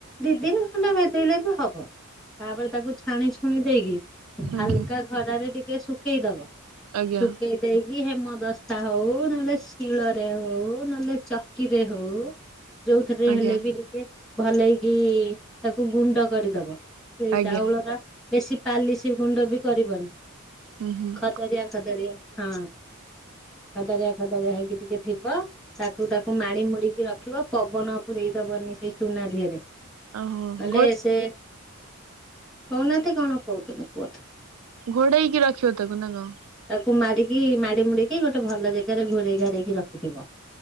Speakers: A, in the centre; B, on the right.
A: ଦିଇ ଦିନି ଖଣ୍ଡେ ଭେ ଦେଇଲେ ବି ହବ ତାପରେ ତାକୁ ଛାଣିଛୁଣି ଦେଇକି
B: ଆଜ୍ଞା
A: ହାଲକା ଖରାରେ ଟିକେ ଶୁକେଇ ଦବ
B: ଆଜ୍ଞା
A: ଶୁକେଇ ଦେଇକି ହେମଦସ୍ତା ହୋଉ ନହେଲେ ଶିଳରେ ହୋଉ ନହେଲେ ଚକିରେ ହୋଉ ଯୋଉଥିରେ
B: ଆଜ୍ଞା
A: ହେଲେ ବି ଟିକେ ଭଲେଇକି ତାକୁ ଗୁଣ୍ଡ କରିଦବ। ସେ
B: ଆଜ୍ଞା
A: ଚାଉଳଟା ବେଶୀ ପାଲିଶି ଗୁଣ୍ଡ ବି କରିବନି।
B: ଉଁହୁଁ।
A: ଖଦରିଆ ଖଦରିଆ ହଁ ଖଦଡିଆ ଖଦଡିଆ ହେଇକି ଟିକେ ଥିବ ତାକୁ ତାକୁ ମାଡି ମୁଡିକି ରଖିବ ପବନ ପୂରେଇ ଦବନି ସେଇ ଚୁନା ଧିଅରେ।
B: ଓହୋ
A: ତାହେଲେ
B: ଘୋ
A: ସେ କୋହୁନାହାନ୍ତି କଣ କୋହୁଚନ୍ତି କୁହନ୍ତୁ।
B: ଘୋଡେଇକି ରଖିବ ତାକୁ ନା କଣ?
A: ତାକୁ ମାଡିକି ମାଡି ମୁଡିକି ଗୋଟେ ଭଲ ଜେଗାରେ ଘୋଡେଇ ଘୋଡେଇକି ରଖିଥିବ।